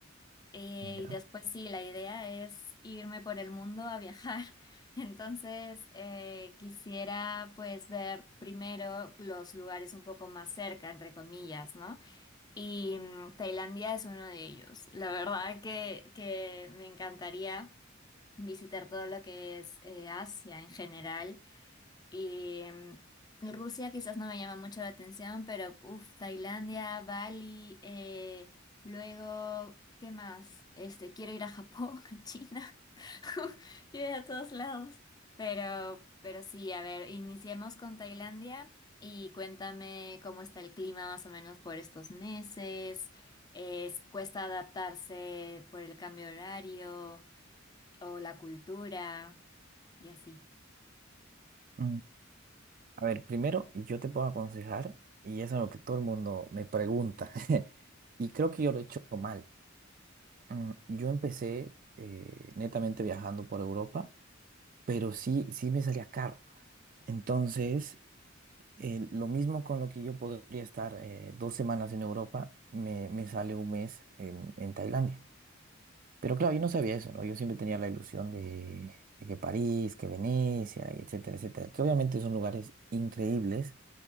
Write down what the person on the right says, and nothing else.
¿Ya?
Mm, A ver, primero yo te puedo aconsejar, y eso es lo que todo el mundo me pregunta, <laughs> y creo que yo lo he hecho mal. Mm, Yo empecé eh, netamente viajando por Europa, pero sí, sí me salía caro. Entonces, Eh, lo mismo con lo que yo podría estar eh, dos semanas en Europa, me, me sale un mes en, en Tailandia. Pero claro, yo no sabía eso, ¿no? Yo siempre tenía la ilusión de, de que París, que Venecia, y etcétera, etcétera, que obviamente son lugares increíbles